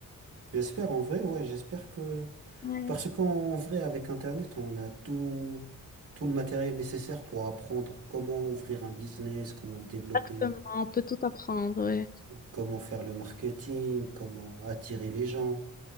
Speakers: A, on the right; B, on the left.
A: J'espère en vrai, ouais, j'espère que
B: Ouais.
A: parce qu'en vrai, avec Internet, on a tout tout le matériel nécessaire pour apprendre comment ouvrir un business, comment le développer,
B: Exactement, on peut tout apprendre, ouais.
A: comment faire le marketing, comment attirer les gens.